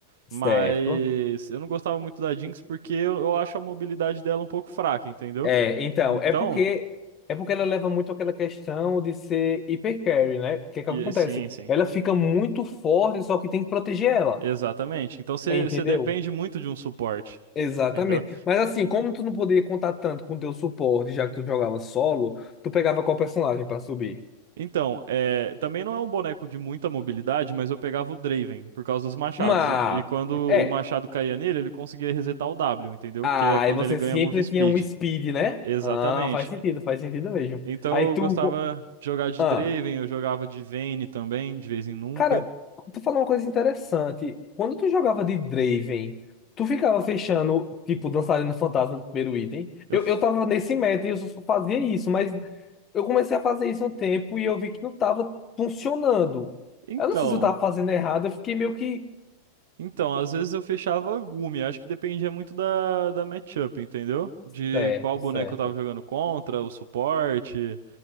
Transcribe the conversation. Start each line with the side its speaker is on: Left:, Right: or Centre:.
Left: Certo.
Right: mas eu não gostava muito da Jinx porque eu, eu acho a mobilidade dela um pouco fraca, entendeu?
Left: É, então,
Right: Então,
Left: é porque é porque ela leva muito aquela questão de ser hiper carry, né? O que é que
Right: e,
Left: acontece?
Right: sim, sim,
Left: Ela fica muito forte, só que tem que proteger ela.
Right: exatamente. Então você
Left: Entendeu?
Right: você depende muito de um suporte,
Left: Exatamente.
Right: entendeu?
Left: Mas assim, como tu não podia contar tanto com teu suporte, já que tu jogava solo, tu pegava qual personagem pra subir?
Right: Então, é, também não é um boneco de muita mobilidade, mas eu pegava o Draven por causa dos machados.
Left: Mas...
Right: E, e quando o
Left: É,
Right: machado caía nele, ele conseguia resetar o W, entendeu?
Left: Ah,
Right: Que é quando
Left: e você
Right: ele ganha
Left: sempre
Right: move speed.
Left: tinha um speed, né?
Right: Exatamente.
Left: Ah, faz sentido, faz sentido mesmo.
Right: Então
Left: Aí
Right: eu
Left: tu.
Right: gostava de jogar de
Left: Ah,
Right: Draven, eu jogava de Vayne também, de vez em nunca.
Left: cara, tu falou uma coisa interessante. Quando tu jogava de Draven, tu ficava fechando, tipo, dançarino fantasma no primeiro item.
Right: Eu...
Left: Eu,
Right: f-
Left: eu tava nesse meta e eu só só fazia isso, mas eu comecei a fazer isso um tempo e eu vi que não tava funcionando.
Right: Então,
Left: Eu não sei se eu tava fazendo errado, eu fiquei meio que.
Right: então, às vezes eu fechava Gumi, acho que dependia muito da, da matchup, entendeu? De
Left: Certo,
Right: qual boneco
Left: certo.
Right: eu tava jogando contra, o suporte.